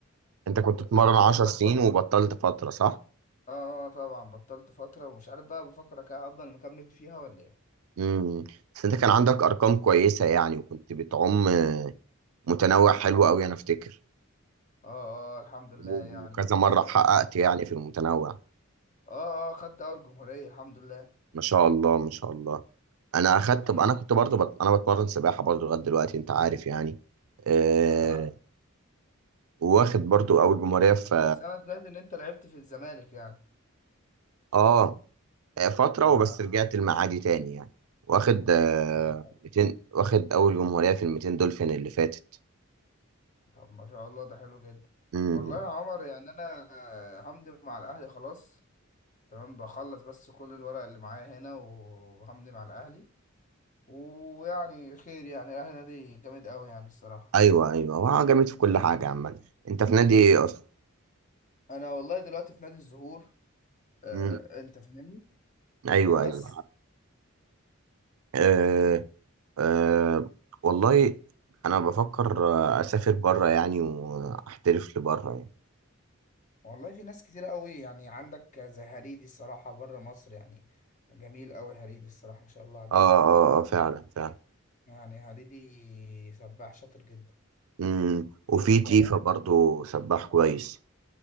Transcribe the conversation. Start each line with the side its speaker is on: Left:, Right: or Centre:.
Right: انت كنت بتتمرن
Left: مش
Right: 10
Left: عارف بقى
Right: سنين
Left: بفكر
Right: وبطلت فترة صح؟
Left: اه آه، طبعا بطلت فترة ومش عارف بقى بفكر أك- افضل مكمل فيها ولا ايه؟
Right: امم بس انت كان عندك ارقام كويسة يعني وكنت بتعوم آه، متنوع حلو
Left: اه
Right: قوي انا افتكر
Left: اه اه الحمد لله
Right: و-
Left: يعني
Right: وكذا
Left: بس
Right: مرة
Left: اه
Right: حققت يعني في المتنوع
Left: اه آه، خدت اول جمهورية الحمد لله
Right: ما شاء الله ما شاء الله انا اخدت
Left: حبيبي
Right: انا كنت برضو بت... انا بتمرن سباحة برضو لغاية دلوقتي انت عارف يعني آه،
Left: اه
Right: واخد برضو اول جمهوريه في
Left: بس انا سمعت ان انت لعبت في الزمالك يعني
Right: اه فتره
Left: اه
Right: وبس رجعت المعادي تاني يعني واخد آه
Left: ايوه أيوة.
Right: 200 واخد اول جمهوريه في ال 200 دولفين اللي فاتت
Left: طب ما شاء الله ده حلو جدا
Right: امم
Left: والله يا عمر يعني انا همضي مع الاهلي خلاص تمام بخلص بس كل الورق اللي معايا هنا وهمضي مع الاهلي ويعني خير يعني الاهلي نادي جامد قوي يعني الصراحه
Right: ايوه ايوه هو جامد في كل حاجه عامه انت في نادي ايه اصلا
Left: انا والله دلوقتي في نادي الزهور آه
Right: امم
Left: انت فاهمني
Right: ايوه
Left: فبس
Right: ايوه آه آه والله انا بفكر آه، اسافر بره يعني واحترف لبره يعني
Left: والله في ناس كتير قوي يعني عندك زي هريدي الصراحه بره مصر يعني جميل قوي هريدي الصراحه ما شاء الله عليه
Right: اه اه اه فعلا فعلا
Left: يعني هريدي سباح شاطر جدا
Right: امم وفي تيفا
Left: فاهم
Right: برضو سباح كويس